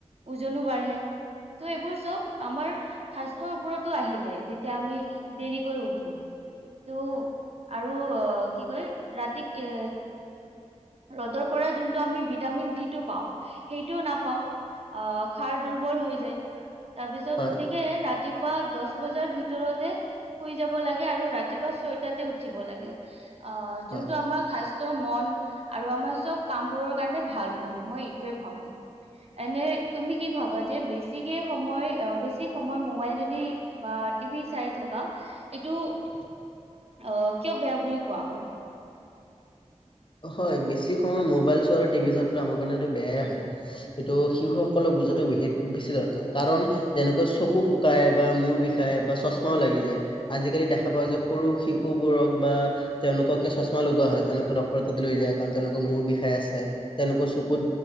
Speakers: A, on the right; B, on the left.
A: ওজনো বাঢ়ে, ত' এইবোৰ চব আমাৰ স্বাস্থ্যৰ ওপৰতো আহি যায় যেতিয়া আমি দেৰিকৈ শুও। টো আৰু কি কয়, ৰাতি এ ৰ'দৰ পৰা যোনটো আমি ভিটামিন ডি টো পাওঁ, সেইটোও নাপাওঁ আহ সাৰ দুৰ্বল হৈ যায়। তাৰ পিছত
B: হয়
A: গতিকে ৰাতি পোৱা দছ বজাৰ ভিতৰতে শুই যাব লাগে আৰু ৰাতিপুৱা ছয়টাতে উঠিব লাগে। অ, যোনটো
B: হয়
A: আমাৰ স্বা ত মন আৰু আমাৰ চব কামবোৰৰ কাৰণে ভাল হ'ব, মই এইটোৱে ভাবো। এনে তুমি কি ভাবা যে বেছিকে সময় অ, বেছি সময় মোবাইল যদি বা টিভি চাই থাকা এইটো অ, কিয় বেয়া বুলি কোৱা হয়?
B: হয়, বেছি সময় মোবাইল চোৱা আৰু টিভি চোৱাটো আমাৰ কাৰণেটো বেয়াই হয়। এইটো শিশুসকলক বুজোৱাটো বে-বেছি দৰকাৰ কাৰণ, যেনেকৈ চকু শুকাই বা মূৰ বিষাই বা চশমা লাগি যায় আজিকালি দেখা পাওঁ যে সৰু শিশুবোৰক বা তেওঁলোককে চশমা লগোৱা হয় তেওঁলোকক ড লৈ যায় কাৰণ তেওঁলোকৰ মূৰ বিষাই আছে, তেওঁলোকৰ চকুত